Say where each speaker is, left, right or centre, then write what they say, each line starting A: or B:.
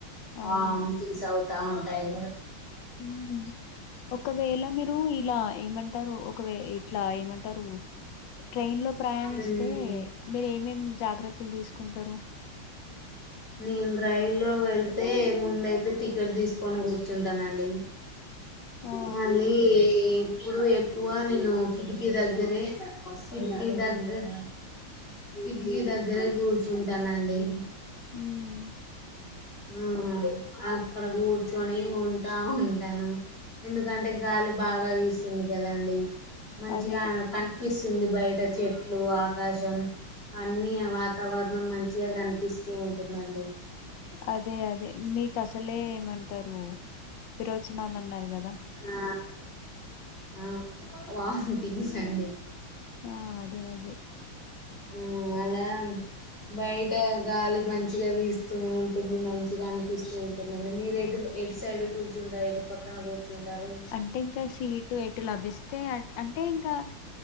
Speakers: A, on the left; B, on the left.
A: అవును
B: ఆమ్థింగ్స్ అవుతా ఉంటాయి
A: ఉమ్. ఒకవేళ మీరు ఇలా ఏమంటారు ఒకవే ఇట్లా ఏమంటారు ట్రైన్ లో ప్రయాణిస్తే
B: మ్మ్
A: మీరు ఏం ఏం జాగ్రత్తలు తీసుకుంటరు
B: హు నేను రైలు లో వెళ్తే ముందయితే టికెట్ తీసుకొని కూర్చుంటానండి
A: ఆ
B: మళ్ళీ ఇప్పుడు ఎక్కువ నేను కిటికీ దగ్గరే కిటికీ దగ్గర కిటికీ దగ్గరే కూర్చుంటానండి
A: ఉమ్
B: మ్మ్ అత్ ఇక్కడ కూర్చొని ఉంటా ఉంటాను ఎందుకంటే గాలి బాగా వీస్తుంది కదాండి మంచిగా
A: అదే
B: కని కనిప్పిస్తుంది బయట చెట్లు ఆకాశం అన్ని వాతావరణం మంచిగా కనిపి పిస్తూ ఉంటుందండి
A: అదే అదే మీకు అసలే ఏమంటారు విరోచనాలు అన్నారు కదా
B: ఆ ఆ వాథీంగ్స్ అండి
A: ఆ అదే అదే
B: మ్మ్ అలా బయట గాలి మంచిగా వీస్తూ ఉంటుంది మంచిగా అనిపిస్తూ అవునండి మీరు ఎటు ఎటు సైడ్ కూర్చుంటారు ఎటు పక్కన కూర్చుంటారు
A: అంటే ఇంకా సీటు ఎటు లభిస్తే అంటే ఇంకా